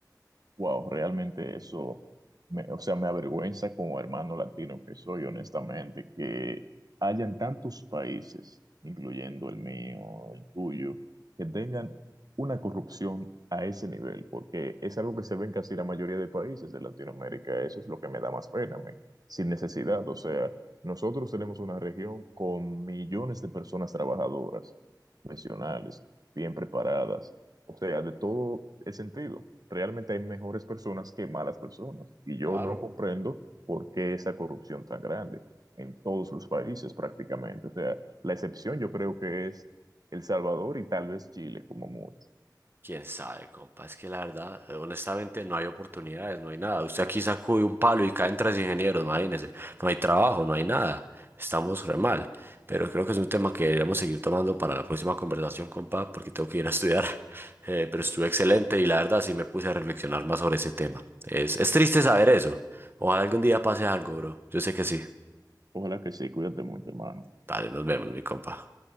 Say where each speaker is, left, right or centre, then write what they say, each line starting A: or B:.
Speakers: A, on the right; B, on the right.
A: Wow, realmente eso, me, o sea, me avergüenza como hermano latino que soy, honestamente, que hayan tantos países, incluyendo el mío, el tuyo, que tengan una corrupción a ese nivel, porque es algo que se ve en casi la mayoría de países de Latinoamérica. Eso es lo que me da más pena, men, sin necesidad. O sea, nosotros tenemos una región con millones de personas trabajadoras, profesionales, bien preparadas, o sea, de todo el sentido. Realmente hay mejores personas que malas personas y yo
B: Claro.
A: no comprendo por qué esa corrupción tan grande en todos los países prácticamente. O sea, la excepción yo creo que es El Salvador y tal vez Chile como mucho.
B: Quién sabe, compa, es que la verdad, eh, honestamente, no hay oportunidades, no hay nada. Usted aquí sacude un palo y caen tres ingenieros, imagínese. No hay trabajo, no hay nada. Estamos re mal. Pero creo que es un tema que deberíamos seguir tomando para la próxima conversación, compa, porque tengo que ir a estudiar. <laughs> Eh, pero estuvo excelente y la verdad sí me puse a reflexionar más sobre ese tema. Es, es triste saber eso. Ojalá algún día pase algo, bro. Yo sé que sí.
A: Ojalá que sí, cuídate mucho, hermano.
B: Dale, nos vemos, mi compa.